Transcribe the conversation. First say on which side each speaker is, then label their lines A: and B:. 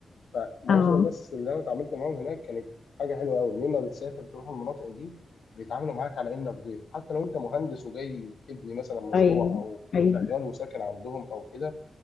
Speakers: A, on the left (about 85°); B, on the left (about 70°).
A: فمعظم
B: اه
A: الناس اللي انا اتعاملت معاهم هناك كانت حاجه حلوه قوي لما بتسافر تروح المناطق دي بيتعاملوا معاك على انك ضيف حتى لو انت مهندس وجاي تبني مثلا مشروع
B: ايوه
A: او
B: ايوه
A: شغال وساكن عندهم او كده